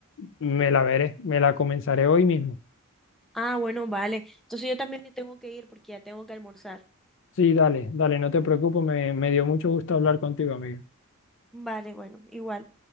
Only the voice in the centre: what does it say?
Ah, bueno, vale. Entonces yo también me tengo que ir porque ya tengo que almorzar.
Vale, bueno, igual.